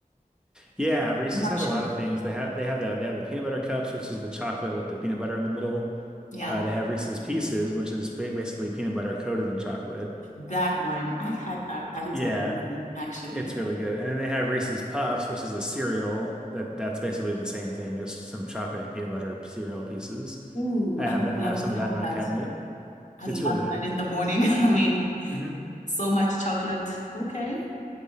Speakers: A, in the centre; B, on the left.
A: Yeah, Reese's
B: I'm not
A: has
B: sure.
A: a lot of things. They have they have the they have the peanut butter cups, which is the chocolate with the peanut butter in the middle.
B: Yeah,
A: Uh, they have Reese's Pieces, which is ba- basically peanut butter coated in chocolate.
B: that one. I've had that. That is
A: Yeah,
B: amazing, actually.
A: It's really good. And then they have Reese's Puffs, which is a cereal that that's basically the same thing, just some chocolate and peanut butter cereal pieces.
B: Ooh,
A: I
B: I
A: have
B: would
A: that
B: love
A: I have some
B: to have
A: of that in my
B: that.
A: cabinet.
B: I
A: It's
B: love
A: really good.
B: that in the morning. <laughs> I mean,
A: hmm
B: so much chocolate. Okay.